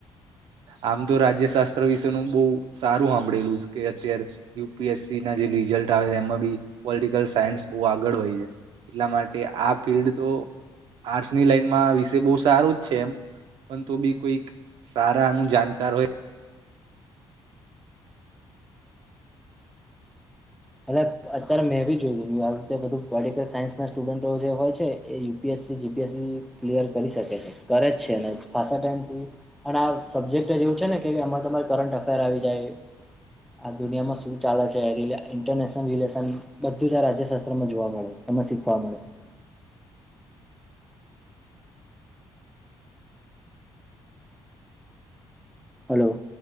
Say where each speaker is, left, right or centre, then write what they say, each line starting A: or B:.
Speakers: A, on the right; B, in the centre.
A: આમ તો રાજ્ય શાસ્ત્ર વિશેનું બહ સારું હાભળેલું છે કે અત્યારે યુ પી એસ સી ના જે રિઝલ્ટ આવે એમાં બી પોલિટિકલ સાયન્સ બહુ આગળ હોય છેાય, એટલા માટે આ ફિલ્ડ તો આર્ટસની લાઈનમાં વિશે બહ સારું જ છે એમ, પણ તો બી કોઈક સારા આનું જાણકાર હોય
B: અ અત્યારે મેં બી જોયું આવી રીતે બધું પોલટિકલ સાયન્સ ના સ્ટુડન્ટો જે હોય છે, એ U P S C G P S C clear કરી શકે છે, કરે જ છે ને ખાસા ટાઈમથી અને આ સબ્જેક્ટ એવું છે ને કે એમાં તમારે કરટ અફેર આવી જાય, આ દુનિયામાં શું ચાલે છે ઇરનેશનલ રિલેશન બધુંજ આ રાજ્ય શાસ્ત્રમાં જોવા મળે, એમાં શીખવા મળશે. હલો